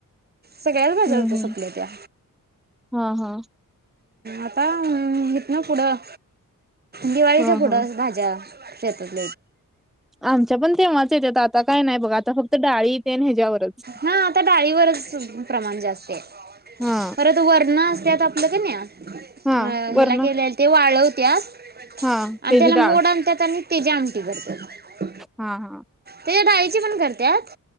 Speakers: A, on the right; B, in the centre.
A: सगळ्याच भाज्या
B: हम्म हम्म.
A: स्वपल्या होत्या.
B: हा हा
A: आता कितना पुढं, दिवाळीच्या
B: हा
A: पुढं
B: हा
A: भाज्या. शेतात
B: आमच्या पण तेंव्हाच येतात, आता काय नाही बघ, आता फक्त डाळी तेन. ह्याच्यावरच
A: हा आता डाळीवरच प्रमाण जास्त आहे,
B: हा
A: परत वरण. त्यात आपलं कनी अ
B: हा
A: हेला
B: वरण
A: गेलेलं ते वाळवत्या.
B: हा
A: आणि
B: त्याची
A: त्याला मोड
B: डाळ
A: आनत्यात आणि त्याची आमटी करत्यात.
B: हा हा
A: त्याच्या डाळीची पण करत्यात